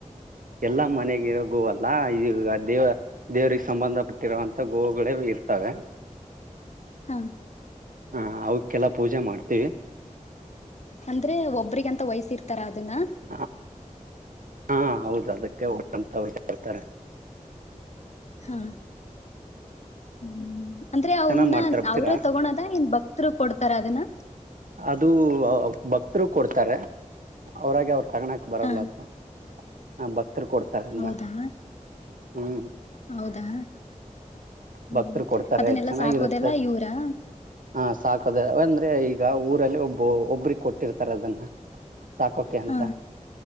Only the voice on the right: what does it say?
ಎಲ್ಲಾ ಮನೆಗಿರೋ ಗೋ ವಲ್ಲ ಈಗ ದೇವ ದೇವ್ರಿಗ್ ಸಂಬಂಧಪಟ್ಟಿರುವಂತ ಗೋವುಗಳೇ ಇರ್ತವೆ
ಹಾ ಅವ್ಕ್ಕೆಲ್ಲ ಪೂಜೆ ಮಾಡ್ತಿವಿ
ಹ ಹಾ ಹೌದು ಅದಕ್ಕೆ <unintelligible> ಇರ್ತಾರೆ
ಚೆನ್ನಾಗ್ ಮಾಡ್ತಾರ ಬರ್ತೀರಾ
ಅದು ಬಕ್ತ್ರು ಕೊಡ್ತರೆ ಅವ್ರಾಗೆ ಅವ್ರ್ ತಗಣಕ್ ಬರಲ್ಲ
ಅದು ಹಾ ಬಕ್ ತ್ರು ಕೊಡ್ತಾರದ್ನ
ಹ್ಮ್
ಭಕ್ತ್ರು ಕೊಡ್ತಾರೆ
ಚೆನಾಗಿರುತ್ತೆ
ಹ ಸಾಕದೆ ವಂದ್ರೆ ಈ ಊರಲ್ಲಿ ಒಬ್ಬೊ ಒಬ್ಬ್ರಿಗ್ ಕೊಟ್ಟಿರ್ ತರ್ ಅದುನ್ನ ಸಾಕೋಕೆ ಅಂತ